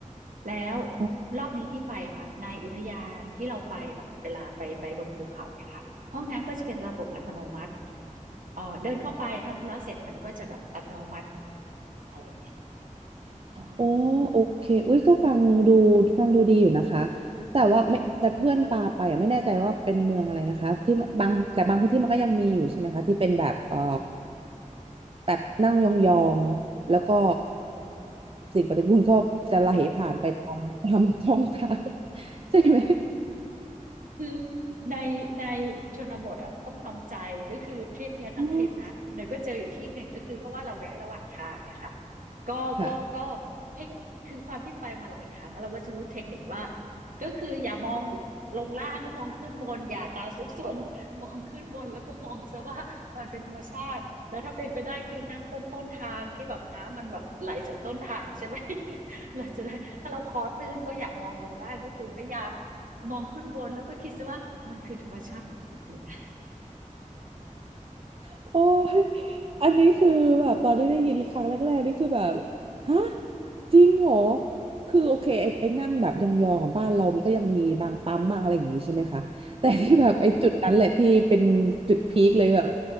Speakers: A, on the right (about 80°); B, on the right (about 45°).
A: แล้ว
B: อ๋อ
A: รอบนี้ที่ไปค่ะในอุทยานที่เราไปแบบเวลาไปไปบนภูเขาเนี่ยค่ะห้องน้ำก็จะเป็นระบบอัตโนมัติเอ่อเดินเข้าไปทำธุระเสร็จมันก็จะแบบอัตโนมัติอะไรอย่างเงี้ยอืม
B: โอ้โอเคอุ้ยก็ฟังดูฟังดูดีอยู่นะคะแต่ว่าไม่แต่เพื่อนปาไปอะไม่แน่ใจว่าเป็นเมืองอะไรนะคะที่บางแต่บางพื้นที่มันก็ยังมีอยู่ใช่ไหมคะที่เป็นแบบเอ่อ แบบนั่งยองๆแล้วก็สิ่งปฏิกูลก็จะไหลผ่านไปตาม <laughs> ตามช่องทาง <laughs> ใช่ไหม
A: คือในในชนบทอ่ะต้องทำใจก็คือทริปเนี้ยทั้งทริปนะเดี๋ยวก็เจออยู่ที่หนึ่งก็คือเพราะว่าเราแวะระหว่างทางเนี่ยค่ะ
B: โอ
A: ก็ก็ก็
B: ค่ะ
A: ให้คือความที่ไปมาหลายครั้งเราก็จะรู้เทคนิคว่าก็คืออย่ามองลงล่างก็มองขึ้นบนอย่าตาซุกซน <laughs> มองขึ้นบนแล้วก็มองซะว่ามันเป็นธรรมชาติแล้วถ้าเป็นไปได้คือนั่งต้นต้นทางที่แบบน้ำมันแบบไหลจากต้นทางใช่ไหม <laughs> เราจะได้ถ้าเราคอตื้นก็อยากมองลงล่างก็คือพยายาม มองขึ้นบนแล้วก็คิดซะว่ามันคือธรรมชาติของมนุษย์เลยนะ
B: โอ้ย อันนี้คือแบบตอนที่ได้ยินครั้งแรกๆนี่คือแบบฮะจริงเหรอคือโอเคไอ้ไอ้นั่งแบบยองๆของบ้านเรามันก็ยังมีบางปั๊มบางอะไรอย่างงี้ใช่ไหมคะแต่ที่แบบไอ้จุดนั้นแหละที่เป็นจุดพีคเลยแบบ